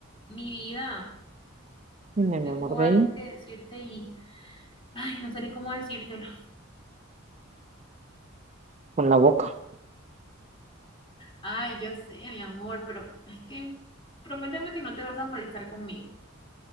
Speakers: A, on the left; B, on the right.
A: Mi vida,
B: Dime, mi
A: tengo
B: amor, bello,
A: algo que decirte y, ay, no sé ni cómo decírtelo.
B: con la boca.
A: Ay, yo sé, mi amor, pero es que prométeme que no te vas a molestar conmigo.